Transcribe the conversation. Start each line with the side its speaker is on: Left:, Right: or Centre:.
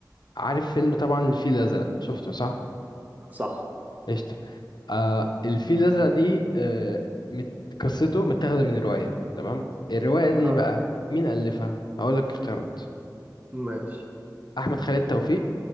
Left: عارف فيلم طبعا الفيل الأزرق شفته صح؟
Right: صح
Left: قشطة آه، الفيل الأزرق دي آه، مت- قصته متاخدة من رواية تمام الرواية دي
Right: آه.
Left: بقى مين ألفها؟ هقولك اختيارات
Right: ماشي
Left: أحمد خالد توفيق